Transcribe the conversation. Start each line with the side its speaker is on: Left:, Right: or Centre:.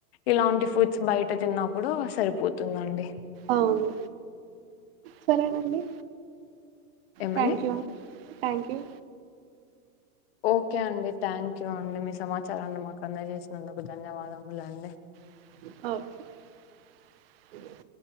Left: ఇలాంటి ఫుడ్స్ బయట తిన్నా సరిపోతుంది అండి
Right: అవును సరేనండి
Left: ఏమండి?
Right: Thank you thank you
Left: okay అండి థ్యాంక్ యూ అండి మీ సమాచారాన్ని మాకు అందజేసినందుకు ధన్యవాదములు అండి
Right: ఓకే